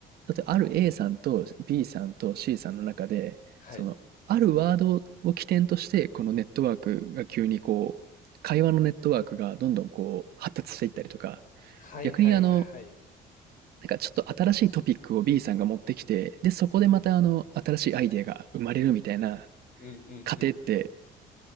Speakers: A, on the right; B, on the left.
A: だってある A さんと B さんと C さんの中で、
B: はい。
A: その、あるワードを起点として、このネットワークが急にこう、会話のネットワークがどんどんこう、発達していったりとか、
B: はいはいはい。
A: 逆にあの、なんかちょっと新しいトピックを B さんが持ってきて、で、そこでまたあの、新しいアイデアが生まれるみたいな
B: うんうんうんうん。
A: 過程って